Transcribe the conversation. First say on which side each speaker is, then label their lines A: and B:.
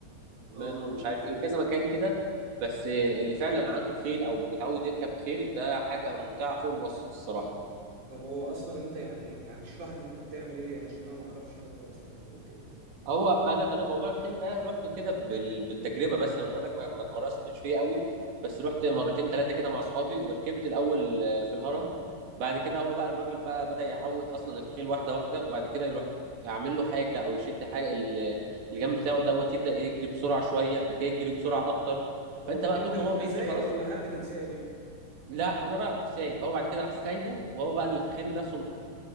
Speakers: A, on the right (about 70°); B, on the right (about 40°).
A: مان
B: اه
A: ومش عارف ايه وكذا مكان كده بس اللي فعلا عنده خيل او متعود يركب خيل ده حاجه ممتعه فوق الوصف الصراحه
B: طب هو أصلا أنت يعني يعني اشرح لي أنت بتعمل إيه عشان أنا ما أعرفش حاجة خالص عن ركوب الخيل
A: هو انا انا موضوع الخيل ده رحته كده بال- بالتجربه بس انا بقول لك ما ما اتمرستش فيه قوي بس رحت مرتين ثلاثه كده مع اصحابي وركبت الاول آه، في الهرم بعد كده هو بقى الراجل بقى بدأ يعود اصلا الخيل واحده واحده وبعد كده يروح يعمل له حاجه او يشد حاجه ال- اللي جنب بتاعه دوت يبدأ يجري بسرعه شويه بعد كده يجري بسرعه اكتر
B: اه
A: فانت بقى
B: انت
A: طول
B: كنت
A: ما هو بيجري
B: سايق
A: خلاص
B: ولا حد كان سايق بيك
A: لا انا بقى كنت سايق هو بعد كده راح سايبه وهو بقى الخيل نفسه